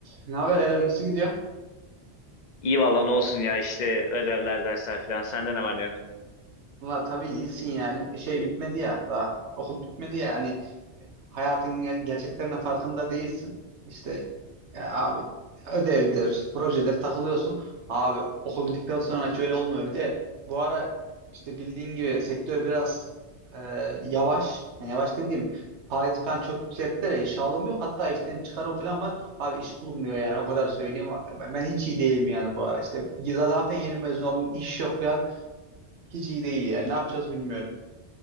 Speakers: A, on the right (about 80°); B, on the left (about 50°).
A: Ne haber Eren nasıl gidiyor?
B: İyi valla ne olsun ya işte ödevler dersler filan. Sende ne var ne yok?
A: Valla tabii iyisin ya. Şey bitmedi ya daha. Okul bitmedi ya. Hani hayatın ger- gerçeklerinin farkında değilsin. İşte e, abi ödevdir, projedir takılıyorsun. Abi okul bittikten sonra hiç öyle olmuyor. Bir de bu ara işte bildiğin gibi sektör biraz e, yavaş. Yani yavaş dediğim faiz falan çok yüksekte ya. İş alım yok. Hatta işten çıkarım falan var. Abi iş bulunmuyor yani o kadar söyleyeyim. Ben ben hiç iyi değilim yani bu ara. İşte zaten yeni mezun oldum. iş yok falan. Hiç iyi değil yani. Ne yapacağız bilmiyorum.